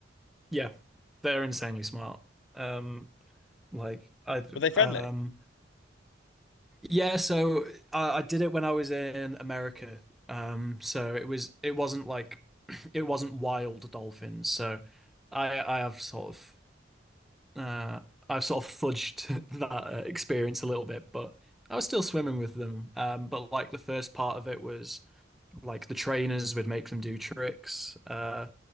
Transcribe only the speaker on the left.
Were they friendly?